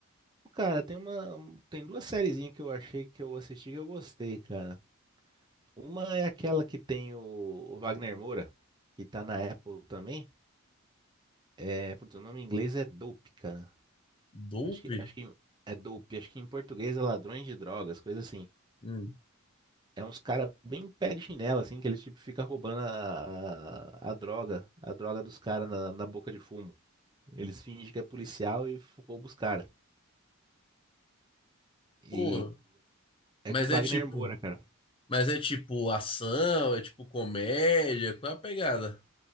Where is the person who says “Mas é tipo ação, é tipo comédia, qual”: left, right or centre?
Left